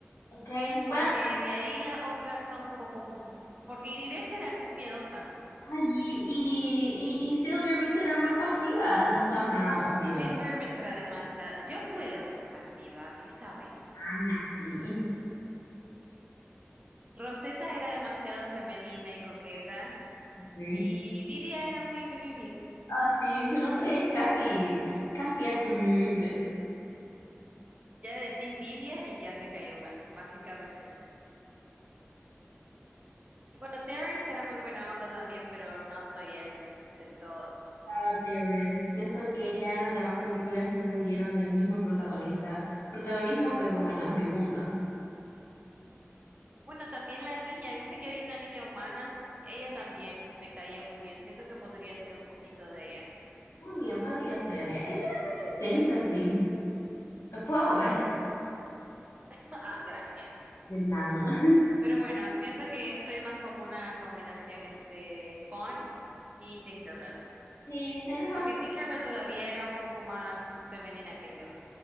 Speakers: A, on the left (about 90°); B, on the right (about 30°).
A: Ok, pues.
B: Porque de ahí las otras son un poco... m- Porque Iridesa era muy miedosa.
A: Ay, y, y, y, y Silvermist era muy pasiva. No sos nada pasiva.
B: Silvermere era demasiado... Yo puedo ser pasiva, ¿qué sabes?
A: Ah, no, sí.
B: Rosetta era demasiado femenina y coqueta.
A: Sí.
B: Y Vidia era muy invivible.
A: Ah sí, su nombre es casi, casi algo invivible.
B: Ya le decís Vidia y ya te cayó mal, básicamente. Bueno, Terrence era muy buena onda también, pero no soy él del todo.
A: Tara Terrence. Siento que ya en las demás películas no le dieron el mismo protagonista, protagonismo que como en la segunda.
B: Bueno, también la niña, ¿viste que había una niña humana? Ella también me caía muy bien. Siento que podría ser un poquito de ella.
A: También podría ser. eh, Ella era intensa, sí. Lo puedo ver.
B: <laughs> Ah, gracias.
A: De nada. <laughs>
B: Pero bueno, siento que soy más como una combinación entre Fawn y Tinkerbell,
A: Sí, tenés razón.
B: porque Tinkerbell todavía era un poco más femenina que yo.